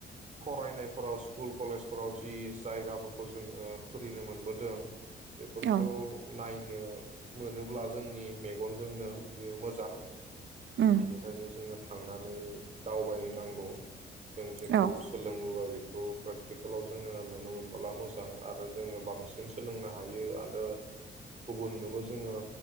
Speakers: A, on the right; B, on the right.
A: फरायनायफोराव स्कुल कलेजफोराव जि जायगाफोरखौ जोङो फोरिनो मोनबोदों बेफोरखौ
B: औ
A: नायनो मोनोब्ला जोंनि मेगनजोंनो बियो मोजां
B: उम
A: बेनिखायनो जोङो थांनानै दावबाय नांगौ जों जेखौ
B: औ
A: सोलोंबोबाय औ प्रेकटिकेलाव जोङो नुनो मोनबोला मोजां आरो जोङो बांसिन सोलोंनो हायो आरो गुबुननोबो जो जोङो